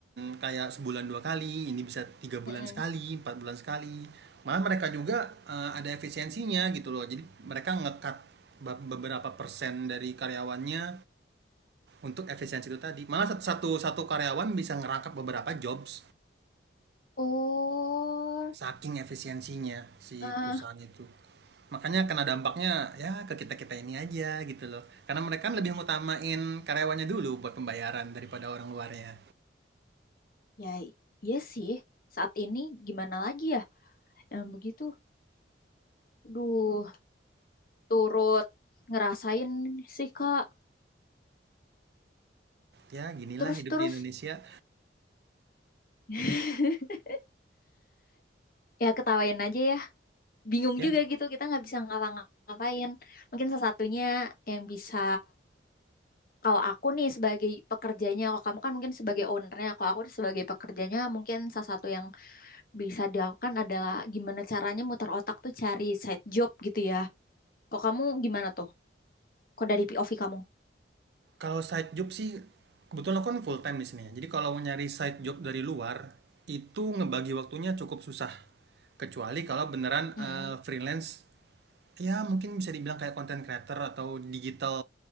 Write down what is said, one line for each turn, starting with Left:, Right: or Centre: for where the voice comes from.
Right: kayak sebulan dua kali, ini bisa tiga bulan
Left: Mm-mm.
Right: sekali, empat bulan sekali. Malah mereka juga eh, ada efisiensinya gitu loh. Jadi mereka ngekat beberapa persen dari karyawannya untuk efisiensi itu tadi. Malah satu satu karyawan bisa ngerangkap beberapa jobs
Left: Oh,
Right: Saking efisiensinya si
Left: eh
Right: perusahaan itu. Makanya kena dampaknya ya ke kita-kita ini aja gitu loh. Karena mereka kan lebih ngutamain karyawannya dulu buat pembayaran daripada orang luarnya.
Left: ya, iya sih. Saat ini gimana lagi ya? Emang begitu. Duh. turut ngerasain sih Kak.
Right: Ya, ginilah
Left: Terus-terus
Right: hidup di Indonesia.
Left: <laughs> ya ketawain aja ya. Bingung
Right: Ya,
Left: juga gitu kita nggak bisa ngapa-ngapain. Mungkin salah satunya yang bisa kalau aku nih sebagai pekerjanya, kalau kamu kan mungkin sebagai ownernya, kalau aku sebagai pekerjanya mungkin salah satu yang bisa dilakukan adalah gimana caranya muter otak tuh cari side job gitu ya. Kok kamu gimana tuh? Kok dari POV kamu?
Right: kalau side job sih kebetulan aku kan full time di sini. ya. Jadi kalau mau nyari side job dari luar itu ngebagi waktunya cukup susah. Kecuali kalau beneran
Left: Mm-mm.
Right: eh, freelance Ya mungkin bisa dibilang kayak content creator atau digital